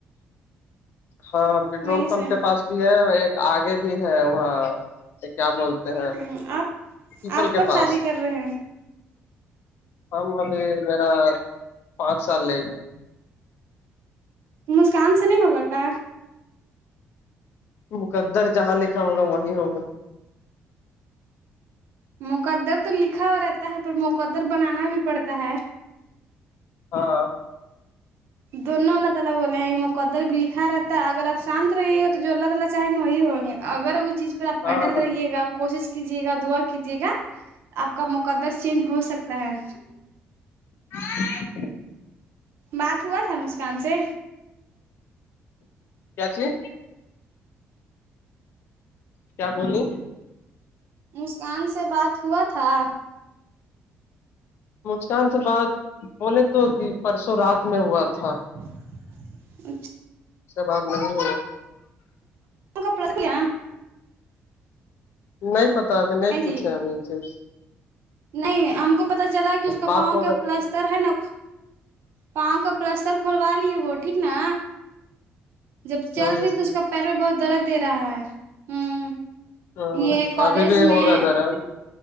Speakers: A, on the left; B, on the right.
A: ہاں پیٹرول
B: وہیں
A: پمپ
B: سے
A: کے پاس بھی ہے ایک آگے بھی ہے وہاں کیا بولتے ہیں
B: ہ آپ
A: پیپل
B: آپ کب
A: کے پاس
B: شادی کر رہے ہیں
A: ہم ابھی میرا پانچ سال لے
B: مسکان سے نہیں ہوگا کا
A: مقدر جہاں لکھا ہوگا وہیں ہوگا
B: مقدر تو لکھا ہوا رہتا ہے پر مقدر بنانا بھی پڑتا ہے
A: ہاں
B: دونوں اللہ تعالی بو لے ہیں مقدر بھی لکھا رہتا اگر آپ شانت رہے گا تو جو اللہ تالی چاہیں گے وہی ہوں ہوگا اگر وہ چیز پھر آپ
A: ہاں
B: اٹل رہیے گا کوشش کیجیے گا دعا کیجے گا آپ کا مقدس چینج ہو سکے ہوتا ہے
A: <unintelligible>
B: بات ہوا تھا مسکان سے
A: کیا چیز کیا بولو
B: مسکان سے بات ہوا تھا
A: مسکان سے بات بولے تو کہ پرسوں رات میں ہوا تھا
B: <unintelligible>
A: اس سے بات نہیں
B: <unintelligible>
A: نہیں پتا ابھی نہیں
B: جی
A: پوچھے ہم اسے
B: نہیں ہم کو پتا چلا کہ اس کا
A: بات
B: پاؤں
A: ہوگا
B: کا پلستر ہے نا پاؤں کا پلستر کھلوا لیے وہ ٹھیک نا جب چل
A: ہ
B: رہی تو اس کا پیر پہ بہت درد دے رہا ہے ہوں
A: ہ
B: یہ کالج
A: ابھی بھی ہوگا
B: میں
A: درن